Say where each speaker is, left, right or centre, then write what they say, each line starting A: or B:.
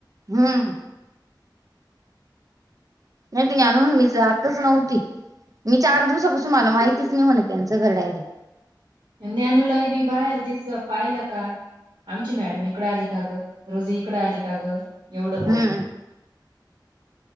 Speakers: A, on the right; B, on the right.
A: हम्म नाही ती आणून मी जातच नव्हती. मी चार दिवसापासून मला माहितीच नाही होणे त्यांचं घर डायरी
B: नॅनूलाही बी बाहेर दिसत पाहिलं का आमची मॅडम इकडं आली का ग रोजी इकडं आली का ग एवढं बोलण
A: हम्म